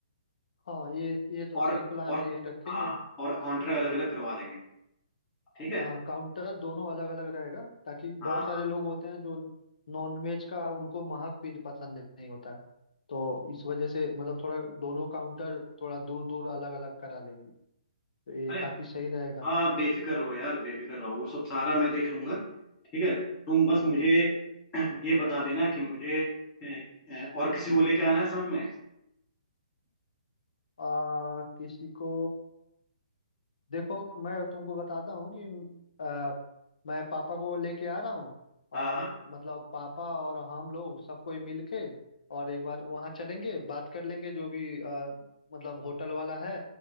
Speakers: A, on the left; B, on the left.
A: हाँ ये ये तो
B: और
A: सही प्लान
B: और
A: है ये रखेंगे
B: हाँ और काउंटर अलग अलग करवा देंगे ठीक है
A: हाँ काउंटर दोनों अलग अलग रहेगा ताकि
B: हाँ
A: बहुत सारे
B: हाँ
A: लोग होते हैं जो नॉन वेज का उनको महक भी पसंद नहीं होता है तो इस वजह से मतलब थोड़ा दोनों काउंटर थोड़ा दूर दूर अलग अलग करा लेंगे तो ये
B: अरे
A: काफी सही रहेगा
B: हाँ आप बेफिक्र रहो यार बेफिक्र रहो वो सब सारा मैं देख लूंगा ठीक है तुम बस मुझे <clears throat> ये बता देना कि मुझे ए, ए, और किसी को लेके आना है साथ में
A: आ, किसी को देखो मैं तुमको बताता हूँ कि अ, मैं पापा को लेके आ रहा हूँ
B: हाँ
A: और
B: हाँ <clears throat>
A: मतलब पापा और हम लोग सब कोई मिल के और एक बार वहाँ चलेंगे बात कर लेंगे जो भी अ, मतलब होटल वाला है